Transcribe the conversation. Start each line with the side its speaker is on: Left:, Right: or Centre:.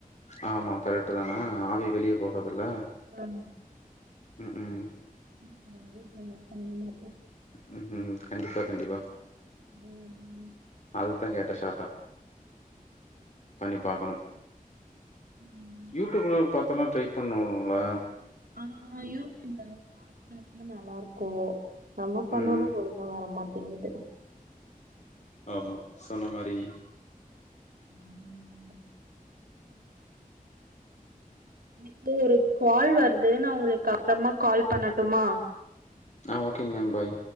Left: ஆமா கரெக்ட் தானா ஆவிய வெளியே போக ல
Right: ஆ
Left: உம் உம்
Right: <unintelligible> சொன்ன மாரி
Left: உம் உம் கண்டிப்பா கண்டிப்பா
Right: உம்
Left: அதுக்குதான் கேட்ட ஷாட்டா பண்ணி பாக்கணும்
Right: ம்
Left: யூடியூப்ல பாத்தன்னா ட்ரை பண்ணுங்களா
Right: ஆனா யூடியூப்ல பாக்குறப்ப நல்லா இருக்கு நம்ம பண்ணாலு
Left: ம் ம்
Right: ஒழுங்கா வேலைமாட்டேங்குது
Left: ஆமா சொன்ன மாதிரி
Right: உஹம் எனக்கு ஒரு கால் வருது நான் உங்களுக்கு அப்புறமா கால் பண்ணட்டுமா
Left: ஆஹ் ஓகேங்க பாய்